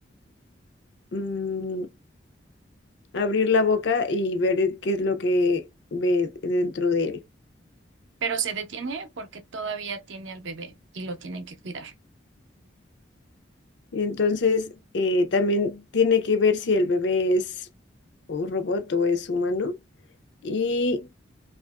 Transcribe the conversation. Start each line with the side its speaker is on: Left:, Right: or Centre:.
Left: mm, abrir la boca y ver qué es lo que ve dentro de él.
Right: Pero se detiene porque todavía tiene al bebé y lo tienen que cuidar.
Left: Entonces, eh, también tiene que ver si el bebé es un robot o es humano y